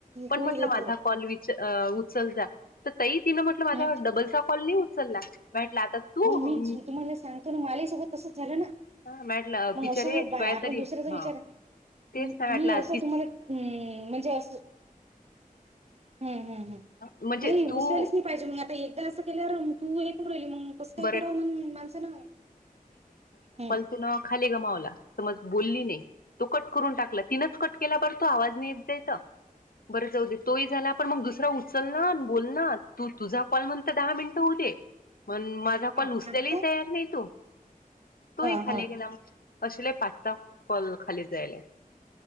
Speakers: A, on the left; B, on the right.
A: पण
B: होऊ
A: म्हटलं
B: देतो
A: माझा कॉल विच उचल जा तर ताई तिनं म्हटलं माझा
B: हम्म
A: डबलचा कॉल नाही उचलला भेटला आता तू
B: मग मीच तुम्हाला सांगतो ना मालासोबत तसंच झालं ना
A: हा म्हटलं
B: मग
A: पिचर
B: अशा आहेत बाया
A: कायतरी
B: आपण दुसऱ्याचा विचार
A: ह तेच
B: म-
A: सां म्हटलं
B: मी
A: आ
B: असं तुम्हाला म्हणजे अस हम्म हम्म हम्
A: म्हणजे
B: नाही
A: तू
B: उसेलस पाहिजे मग आता एकदा असं केलं तू हे करली मग कस काही
A: बरं
B: कर मून माणस ना हम्
A: तुून खाली गमावला समज बोलली नाही तो कट करून टाकला तिनंच कट केला परर तो आवाज नेत दयचा बरं जाऊ दे तोही झाला आपण मग दुसरा उचल ना बोल ना तू तुझा कॉल म्हणत दहा मिनटं होऊ दे मण माझा पण
B: हा
A: उसलेलाही
B: आमचा
A: तयार नाही तो तोही
B: हा
A: खाली
B: हा
A: गेला मग असले पाच स कॉल खाली जायले